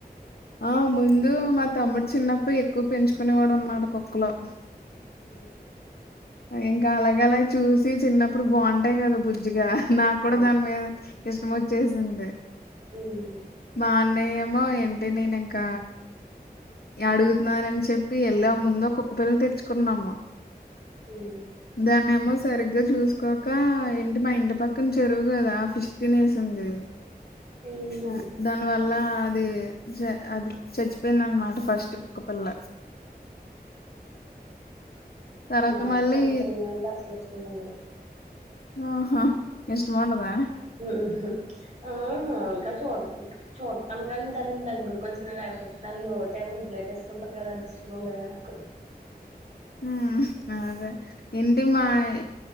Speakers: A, on the left; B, on the right.
A: ఆ ముందు మా తమ్ముడు చిన్నప్పుడు ఎక్కువ పెంచుకునేవాడు అనమాట కుక్కలు
B: ఉ
A: ఇంకా అలాగ అలాగ చూసి చిన్నప్పుడు బాగుంటాయి కదా బుజ్జిగా నాకు కూడా
B: ఓ
A: దాని మీద ఇష్టం వచ్చేసింది
B: మ్
A: మా అన్నయ్య మో ఏంటి నేను ఇక అడుగుతున్నానని చెప్పి వెళ్ళా ముంద కుక్క పిల్లని తెచ్చుకున్నాము
B: మ్
A: ధ్యాన్ ఏమో సరిగ్గా చూసుకోక ఏంటి మా ఇంటి పక్కన చెరువు కదా ఫిష్ తినేసింది
B: మ్
A: ఆ దన్ లా అది చ అది చచ్చిపోయింది అనమాట ఫస్ట్ కుక్కపిల్ల తర్వాత
B: నాకు
A: మళ్ళీ
B: కుక్క పిల్లల అంటే అసలు ఇష్టం ఉండదు
A: ఆహా ఇష్టముండదా
B: ఉ ఆ మాకా చూ చూతాం కాని దాన్ని దగ్గకు వచ్చినా లేకపో ఇలైట్సుకుంటారు కదా అంత ఇష్టం ఉండది నాకు
A: ఊ అదే ఎంటి మాన్